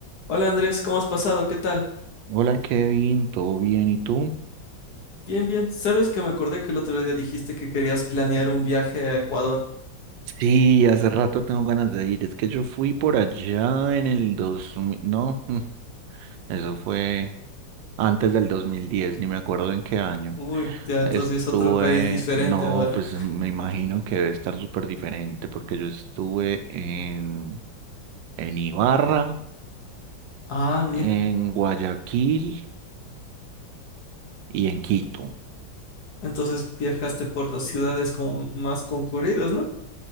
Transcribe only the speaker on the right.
Hola Kevin, ¿todo bien? ¿Y tú?
Sí, hace rato tengo ganas de ir. Es que yo fui por allá en el 2000, no, <laughs> mm, eso fue antes del 2010, ni me acuerdo en qué año.
Estuve,
no,
pues me imagino que debe estar súper diferente porque yo estuve en, en Ibarra,
en Guayaquil y en Quito.